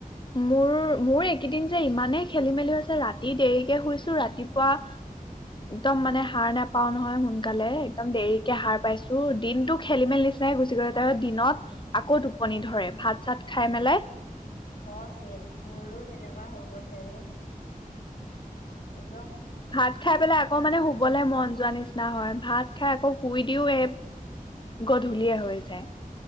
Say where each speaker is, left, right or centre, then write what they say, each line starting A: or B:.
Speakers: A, on the left (about 30°); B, on the left (about 70°).
A: মোৰ মোৰ এইকেইদিন যে ইমানেই খেলি মেলি হৈছে ৰাতি দেৰিকে শুইছো ৰাতিপুৱা একদম মানে হাৰ নোপাও নহয় সোনকালে একদম দেৰিকে সাৰ পাইছো দিনতটো খেলি মেলি নিচিনাই গুচি গৈছে ত দিনত আকৌ টোপনি ধৰে ভাত চাত খাই মেলাই
B: অ চেইম মোৰো তেনেক কোৱা হৈ গৈছে ৰে এই
A: ভাত খাই পেলাই আকৌ মানে শুবলৈ মন যোৱা নিচিনা হয় ভাত খাই আকৌ শুই দিও এই গধূলীয়ে হৈ যায়